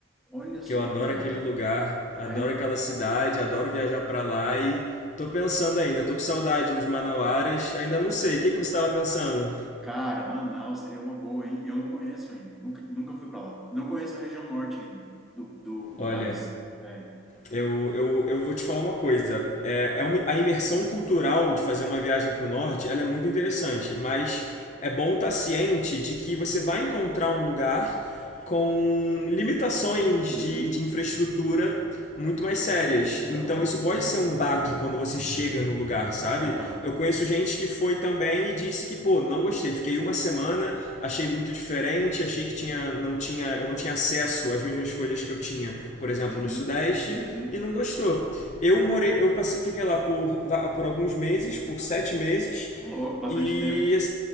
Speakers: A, in the centre; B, on the left.
A: Olha só,
B: Que eu adoro
A: cara.
B: aquele lugar,
A: É,
B: adoro aquela cidade, adoro viajar pra lá e tô pensando ainda, tô com saudade dos manauaras, ainda não sei. O que que você tava pensando?
A: cara, Manaus seria uma boa, hein? Eu não conheço ainda. Nunca, nunca fui para lá. Não conheço a região norte ainda do, do, do
B: Olha,
A: país. É.
B: Eu, eu, eu vou te falar uma coisa. É, é uma- a imersão cultural de fazer uma viagem para o norte, ela é muito interessante, mas é bom estar ciente de que você vai encontrar um lugar com limitações de,
A: Uhum.
B: de infraestrutura muito mais sérias. Então
A: Aham.
B: isso pode ser um baque quando você chega no lugar, sabe?
A: Aham.
B: Eu conheço gente que foi também e disse que, pô, não gostei. Fiquei uma semana, achei muito diferente, achei que tinha, não tinha, eu não tinha acesso às mesmas coisas que eu tinha, por exemplo,
A: Uhum.
B: no Sudeste,
A: Uhum.
B: e não gostou. Eu morei, eu passei, fiquei lá por, por alguns meses, por sete meses,
A: Ô, louco, bastante
B: e
A: tempo.